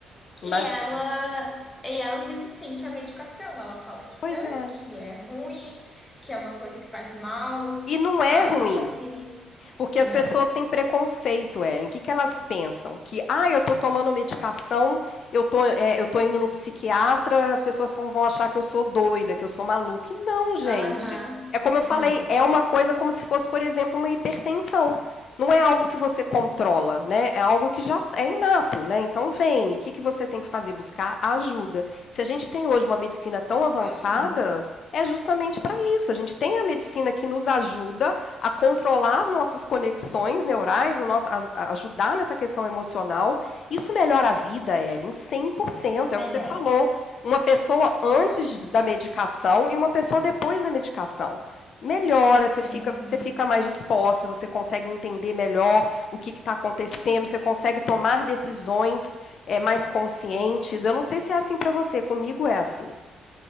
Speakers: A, on the left; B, on the left.
A: E
B: imagino.
A: ela, e ela é resistente à medicação. Ela fala que
B: Pois
A: não,
B: é.
A: que é ruim, que é uma coisa que faz mal,
B: E não
A: sabe?
B: é ruim.
A: Só que
B: Porque
A: não.
B: as pessoas têm preconceito, Ellen. O que, que elas pensam? Que, ah, eu tô tomando medicação, eu tô, é, eu tô indo no psiquiatra, as pessoas tão, vão achar que eu sou doida, que eu sou maluca. E não, gente.
A: Aham,
B: É como eu
A: não.
B: falei, é uma coisa como se fosse, por exemplo, uma hipertensão. Não é algo que você controla, né? É algo que já é inato, né? Então vem, o que, que você tem que fazer? Buscar ajuda. Se a gente tem hoje uma medicina tão avançada,
A: Só ajuda.
B: é justamente para isso. A gente tem a medicina que nos ajuda a controlar as nossas conexões neurais, o nosso, a, a ajudar nessa questão emocional. Isso melhora a vida, Ellen, Cem por cento
A: Melhora.
B: é o que você falou. Uma pessoa antes
A: Nossa.
B: da medicação e uma pessoa depois da medicação. Melhora, você
A: Uhum.
B: fica, você fica mais disposta, você consegue entender melhor o que está acontecendo, você consegue tomar decisões é, mais conscientes. Eu não sei se é assim para você, comigo é assim.